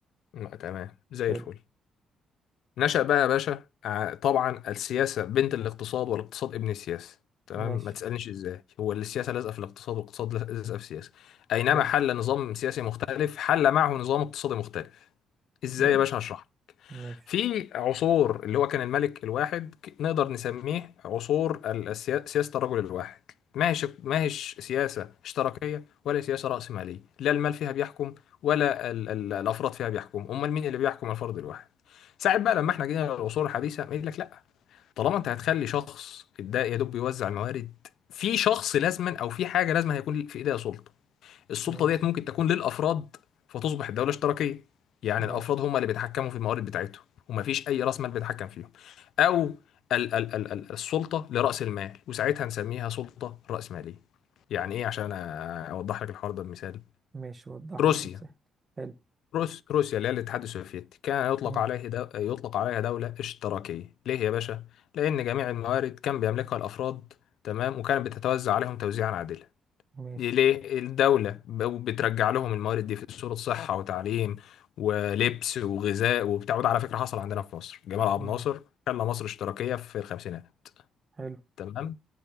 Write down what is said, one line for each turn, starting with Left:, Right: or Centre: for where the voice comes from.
Left: مم. تمام زي
Right: حلو
Left: الفل نشأ بقى يا باشا ع- طبعا السياسة بنت الاقتصاد والاقتصاد ابن السياسة تمام
Right: ماشي
Left: ما تسألنيش ازاي هو اللي السياسة لازقة في الاقتصاد والاقتصاد لازقة في السياسة أينما
Right: ماشي
Left: حل نظام سياسي مختلف حل معه نظام اقتصادي مختلف ازاي
Right: بم-
Left: يا باشا هشرح
Right: ماشي
Left: في عصور اللي هو كان الملك الواحد ك- نقدر نسميه عصور ال- السيا- سياسة الرجل الواحد ما هيش ما هيش سياسة اشتراكية ولا سياسة رأسمالية لا المال فيها بيحكم ولا ال ال الأفراد فيها بيحكم أمال مين اللي بيحكم الفرد الواحد ساعات بقى لما احنا جينا للعصور الحديثة يقول لك لا طالما انت هتخلي شخص ده يا دوب بيوزع الموارد في شخص لازما او في حاجة لازما هيكون في ايديها سلطة السلطة
Right: ماشي
Left: ديت ممكن تكون للأفراد فتصبح الدولة اشتراكية يعني
Right: ماشي
Left: الأفراد هم اللي بيتحكموا في الموارد بتاعتهم ومفيش أي رأس مال بيتحكم فيهم أو ال ال ال ال السلطة لرأس المال وساعتها نسميها سلطة رأسمالية يعني إيه عشان أ- أوضح لك الحوار ده بمثال
Right: ماشي وضح لي
Left: روسيا
Right: المساحة حلو
Left: روس روسيا اللي هي الاتحاد السوفيتي كان يطلق
Right: مم.
Left: عليه دو... يطلق عليها دولة اشتراكية ليه يا باشا؟ لأن جميع الموارد كان بيملكها الأفراد تمام وكانت بتتوزع عليهم توزيعا عادلا
Right: ماشي
Left: دي ليه الدولة بترجع لهم الموارد دي في صورة صحة وتعليم ولبس وغذاء وبتاع وده على فكرة حصل عندنا في مصر جمال عبد
Right: مم.
Left: الناصر خلى مصر اشتراكية في الخمسينات
Right: حلو
Left: تمام